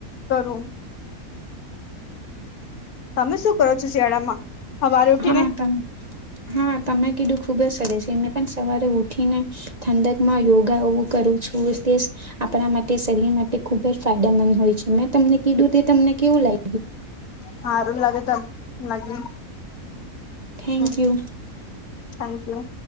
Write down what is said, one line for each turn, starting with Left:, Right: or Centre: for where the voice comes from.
Left: કરું. તમે શું કરો છો? શિયાળામાં. હવારે ઉઠીને
Right: હા, ત હા તમે કીધું ખુબ જ સર છે. એમને પણ સવારે ઉઠ ઉઠીને ઠંડકમાં યોગા એવું કરું છું. <inaudible> આપણા માટે શરીર માટે ખુબ જ ફાયદામંદ હોય છે. મેં તમને કીધું તે તમને કેવું લાય
Left: હારું લાગે ત લાગે.
Right: થેન્કયુ.
Left: હમ Thank you.